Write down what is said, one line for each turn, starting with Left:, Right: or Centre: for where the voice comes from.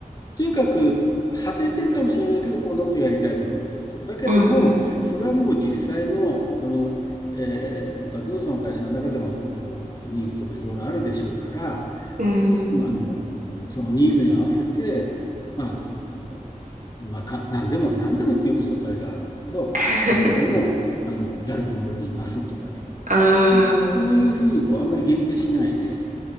Left: とにかく、外れてるかもしれないけど、こんなことやりたいと思ってると。だけども、
Right: うん
Left: それはもう実際の、その、えーお宅のその会社の中でも、あの、ニーズとかいろいろあるでしょうから、
Right: うん。うん。
Left: まああの、そのニーズに合わせて、まあ、あの、まあ、か、何でも、何でもっていうとちょっとあれがあるんだけど、
Right: <laughs>
Left: 何でも、あの、やるつもりでいますとかね。
Right: うーん。
Left: そう、そういうふうにこう、あんまり限定しないで、